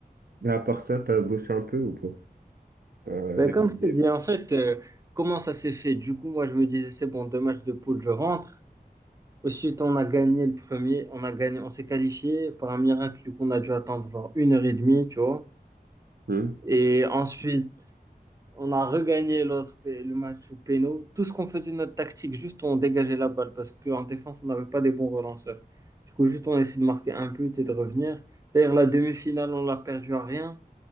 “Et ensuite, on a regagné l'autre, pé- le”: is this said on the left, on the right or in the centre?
Right